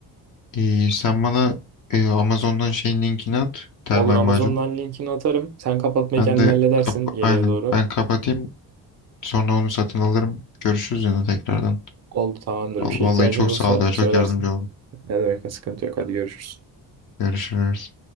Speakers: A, on the left; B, on the right.
A: İyi. Sen bana e, Amazon'dan şeyin linkini at. Termal
B: Olur Amazon'dan
A: macun.
B: linkini atarım. Sen kapatmayı
A: Ben
B: kendin
A: de
B: halledersin
A: kap-
B: geriye
A: aynen
B: doğru.
A: ben kapatayım. Sonra onu satın alırım. Görüşürüz yine tekrardan.
B: Oldu tamamdır
A: Vallahi
B: bir şey ihtiyacın
A: çok
B: olursa
A: sağ ol ya. Çok
B: söylersin.
A: yardımcı oldun.
B: Ne demek sıkıntı yok hadi görüşürüz.
A: Görüşürüz.